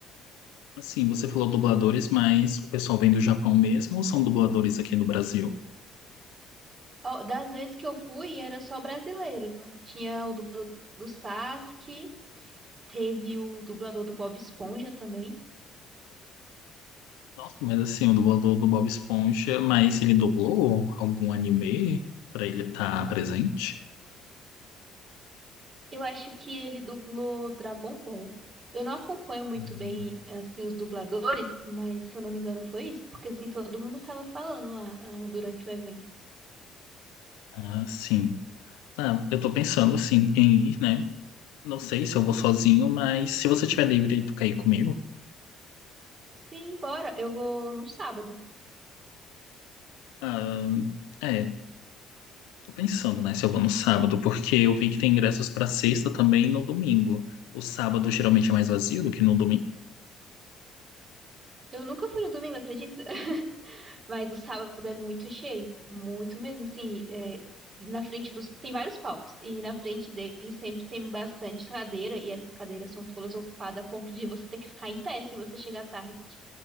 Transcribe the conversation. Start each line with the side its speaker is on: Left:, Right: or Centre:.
Left: Assim, você falou dubladores, mas o pessoal vem do Japão mesmo ou são dubladores aqui no Brasil?
Right: Ó, Das vezes que eu fui, era só brasileiro. Tinha o dublador do Sasuke, teve o dublador do Bob Esponja também.
Left: Nossa, mas assim, o dublador do Bob Esponja, mas ele dublou algum anime pra ele estar presente?
Right: Eu acho que ele dublou Dragon Ball. Eu não acompanho muito
Left: Hum.
Right: bem, assim, os dubladores, mas se eu não me engano foi isso, porque assim todo mundo tava falando lá, ah, durante o evento.
Left: Ah, sim. Ah, eu tô pensando, assim, em ir, né? Não sei se eu vou sozinho, mas se você tiver livre e tu quer ir comigo.
Right: Sim, bora. Eu vou no sábado.
Left: Ah, é, tô pensando, né, se eu vou no sábado, porque eu vi que tem ingressos pra sexta também e no domingo. O sábado geralmente é mais vazio do que no domingo.
Right: Eu nunca fui no domingo, acredita? <laughs> Mas o sábado é muito cheio, muito mesmo, assim, é, na frente dos... Tem vários palcos, e na frente deles sempre tem bastante cadeira, e essas cadeiras são todas ocupadas a ponto de você ter que ficar em pé se você chegar tarde.